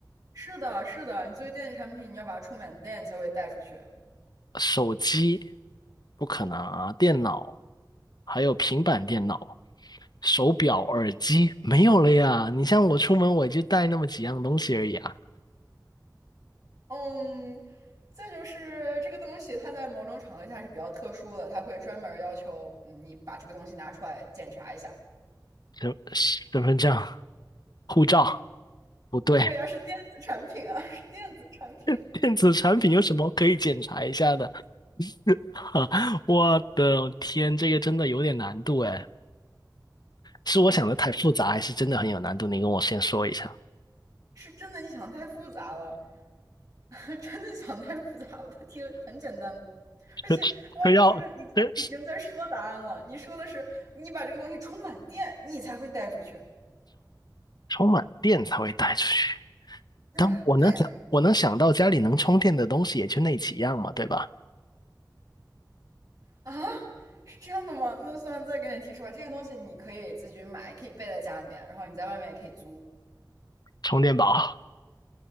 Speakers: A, on the right (about 50°); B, on the left (about 65°).
A: 是的，是的，你作为电子产品，你要把它充满电，你才会带出去。
B: 手机不可能啊，电脑还有平板电脑、手表、耳机没有了呀。你像我出门我就带那么几样东西而已啊，
A: 嗯，再就是这个东西，它在某种场合下是比较特殊的，它会专门儿要求嗯你把这个东西拿出来检查一下。
B: 身身份证、护照，不对，
A: 不呀，是电子产品啊，是电子产品，
B: <laughs> 电子产品有什么可以检查一下的？<laughs> 我的天，这个真的有点难度哎，是我想的太复杂，还是真的很有难度？你跟我先说一下。
A: 是真的。你想太复杂了，<laughs> 真的想太复杂了。它题很简单的，而且哇，
B: 这这要这
A: 你已经你已经在说答案了。你说的是你把这个东西充满电，你才会带出去。
B: 充满电才会带出去，
A: 对呀，
B: 但我能想我能想到家里能充电的东西也就那几样嘛，
A: 对呀，
B: 对吧？
A: 啊，是这样的吗？那算了，再给你提示吧。这个东西你可以自己买，你可以备在家里面，然后你在外面也可以租。
B: 充电宝。